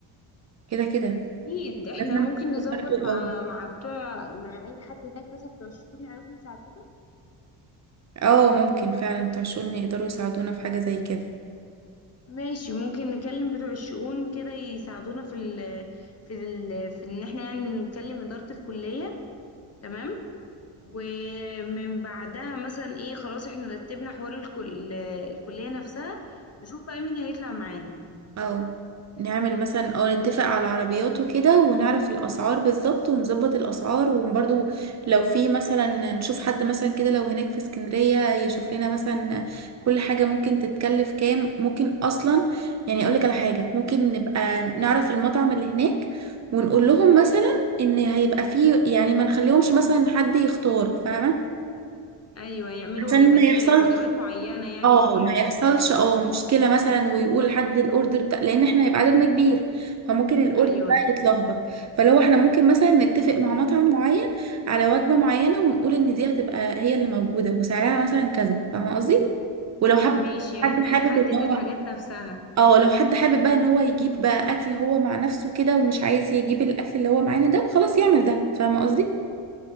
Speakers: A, on the right; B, on the left.
A: كده كده
B: اكيد احنا
A: لازم
B: ممكن نظبط
A: برضه
B: مع
A: اه
B: مع بتوع مع اي حد هناك مثلا بتوع الشؤون يعرفوا يساعدونا
A: اه ممكن فعلا ترشوني يقدروا يساعدونا في حاجة زي كده
B: ماشي ممكن نكلم بتوع الشؤون كده يساعدونا في ال في ال في ان احنا يعني نكلم اداره الكليه تمام ومن بعدها مثلا ايه خلاص احنا رتبنا حوار الكل... الكلية نفسها نشوف بقى مين هيطلع معانا
A: اه نعمل مثلا او نتفق على العربيات وكده ونعرف الاسعار بالظبط ونظبط الاسعار وبرضو لو في مثلا نشوف حد مثلا كده لو هناك في اسكندرية يشوف لنا مثلا كل حاجة ممكن تتكلف كام ممكن اصلا يعني اقولك على حاجة ممكن نبقى نعرف المطعم اللي هناك ونقول لهم مثلا ان هيبقى فيه يعني ما نخليهمش مثلا حد يختار فاهمة
B: ايوه يعملوا
A: عشان
B: وجبات
A: ما يحصلش
B: وجبات معينة يعني
A: اه
B: لكله
A: ما يحصلش اه مشكله مثلا ويقول حد الاوردر بتاع لان احنا هيبقى عددنا كبير فممكن الاوردر
B: ايوه
A: بقى يتلخبط فلو احنا ممكن مثلا نتفق مع مطعم معين على وجبه معينه ونقول ان دي هتبقى هي اللي موجوده وسعرها مثلا كذا فاهمه قصدي ولو حب
B: ماشي يعني
A: حد
B: احنا
A: حابب
B: نحدد
A: ان هو
B: الحاجات نفسها
A: اه لو حد حابب بقى ان هو يجيب بقى اكل هو مع نفسه كده ومش عايز يجيب الاكل اللي هو معانا ده خلاص يعمل ده فاهمه قصدي